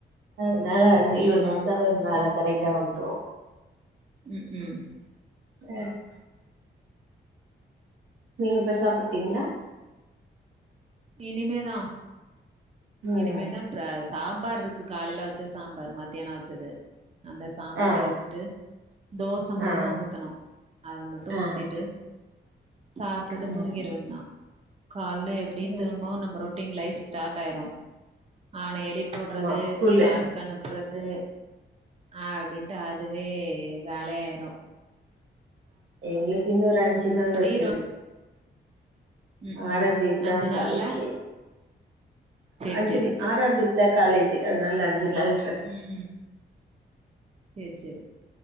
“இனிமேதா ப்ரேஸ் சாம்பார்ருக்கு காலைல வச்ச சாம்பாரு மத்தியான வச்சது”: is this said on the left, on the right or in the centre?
Right